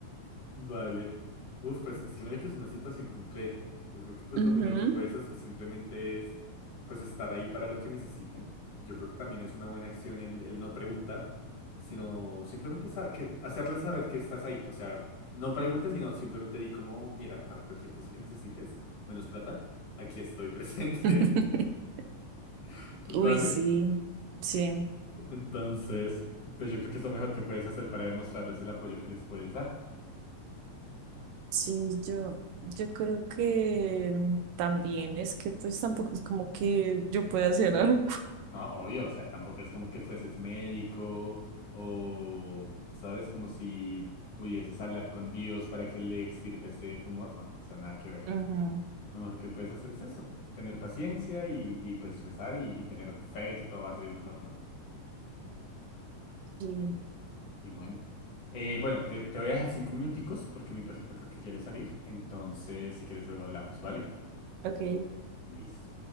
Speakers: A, on the left (about 50°); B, on the right (about 80°).
A: Vale. Uf, pues es que mira que es una situación compleja. Yo creo que pues
B: ujú.
A: lo mejor que puedes hacer simplemente es pues estar ahí para lo que necesiten. Yo creo que también es una buena acción el, el no preguntar, sino simplemente sa- que, hacerles saber que estás ahí. O sea, no preguntes, sino simplemente di como, mira, para cualquier cosa que necesites, menos plata, aquí estoy presente.
B: <laughs>
A: <laughs> ¿Vale?
B: Uy, sí, sí,
A: Entonces, pues yo creo que es lo mejor que puedes hacer para demostrarles el apoyo que les puedes dar.
B: sí, yo, yo creo que también es que pues tampoco es como que yo pueda hacer algo.
A: No, obvio, o sea, tampoco es como que fueses médico o, ¿sabes? Como si pudieses hablar con Dios para que le extirpe ese tumor, no, o sea, nada que ver.
B: Ujú,
A: Lo mejor que puedes hacer es eso, tener paciencia y, y pues rezar y, y tener fe de que todo va a salir mejor, ¿no?
B: sí,
A: Y bueno. Eh, bueno, te, te voy a dejar cinco minuticos porque mi perrito creo que quiere salir, entonces si quieres luego hablamos, ¿vale?
B: ok.
A: Listo.